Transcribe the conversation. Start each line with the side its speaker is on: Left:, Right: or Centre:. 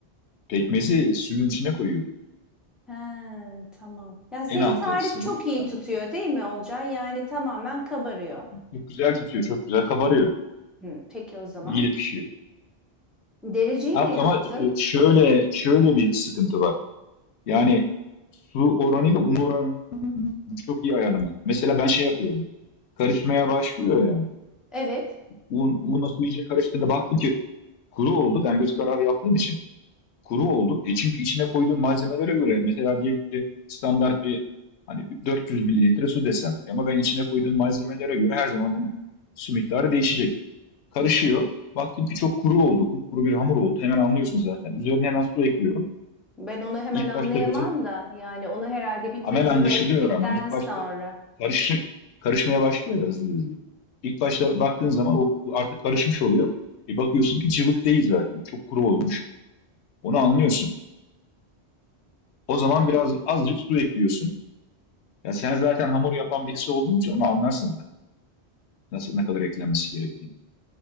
Left: Pekmezi suyun içine koyuyorsun.
Centre: He, tamam. Ya senin
Left: En altta,
Centre: tarif
Left: sıvının
Centre: çok iyi
Left: en altta.
Centre: tutuyor değil mi Olcay? Yani tamamen kabarıyor.
Left: Çok güzel tutuyor. Çok güzel kabarıyor.
Centre: Hı, peki o zaman.
Left: İyi de pişiyor.
Centre: Dereceyi
Left: Ama
Centre: ne yaptın?
Left: ama e, şöyle şöyle bir sıkıntı var. Yani su oranıyla un oranı çok iyi ayarlamak. Mesela ben şey yapıyorum. Karışmaya başlıyor yani.
Centre: Evet.
Left: Un, unla su iyice karıştığında baktım ki kuru oldu. Ben göz kararı yaptığım için kuru oldu. E çünkü içine koyduğum malzemelere göre mesela diyelim ki standart bir hani 400 mililitre su desem E ama ben içine koyduğum malzemelere göre her zaman onun su miktarı değişecek. Karışıyor. Baktım ki çok kuru oldu. Kuru bir hamur oldu. Hemen anlıyorsun zaten. Üzerine hemen su ekliyorum.
Centre: Ben onu hemen
Left: İlk
Centre: anlayamam
Left: başta gözü
Centre: da yani onu herhalde bir
Left: amel
Centre: tecrübe
Left: anlaşılıyor
Centre: ettikten
Left: ama ilk
Centre: sonra.
Left: başta karışık karışmaya başlıyor ya hızlı hızlı. İlk başta baktığın zaman o bu artık karışmış oluyor. Bir bakıyorsun ki cıvık değil zaten. Çok kuru olmuş. Onu anlıyorsun. O zaman biraz azıcık su ekliyorsun. Ya sen zaten hamur yapan birisi olduğun için onu anlarsın zaten. Nasıl ne kadar eklenmesi gerektiğini.